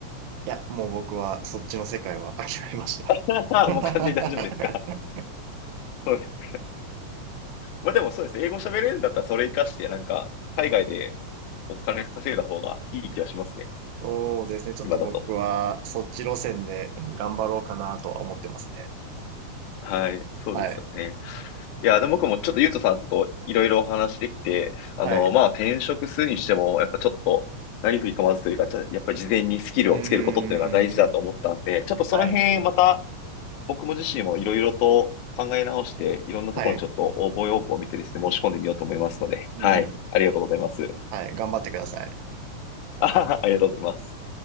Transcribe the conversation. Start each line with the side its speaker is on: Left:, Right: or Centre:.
Right: や、もう僕はそっちの世界は諦めました。
Left: <laughs> ああ、
Right: <laughs>
Left: もう完全に大丈夫ですか。そうです。まあでもそうです。英語喋れるんだったらそれ活かして、なんか、海外でお金稼いだ方がいい気がしますね。
Right: そうですね。ちょっと僕はそっち路線で頑張ろうかなとは思ってますね。
Left: 今だと。はい、そうですよね。
Right: はい。
Left: いや、でも僕もちょっとゆうとさんといろいろお話できて、あの、
Right: はい。
Left: まあ、転職するにしても、やっぱちょっと、何振り構わずというか、ちょやっぱり事前にスキルをつけることっていうのが大事だと思ったんで、
Right: うーん。
Left: ちょっとその辺、
Right: はい。
Left: また僕も自身もいろいろと考え直して、いろんなところにちょっと応募要項を見てですね、
Right: はい。
Left: 申し込んでみようと思いますので、
Right: うん。
Left: はい、ありがとうございます。
Right: はい。頑張ってください。
Left: <laughs> ありがとうございます。